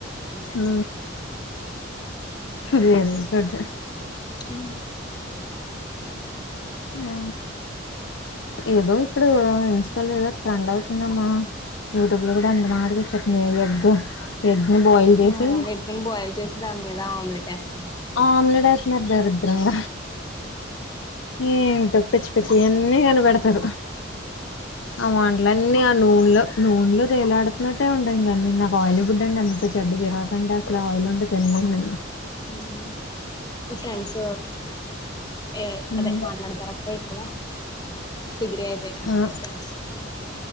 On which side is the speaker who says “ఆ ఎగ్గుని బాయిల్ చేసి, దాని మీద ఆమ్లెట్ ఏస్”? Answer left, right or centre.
Left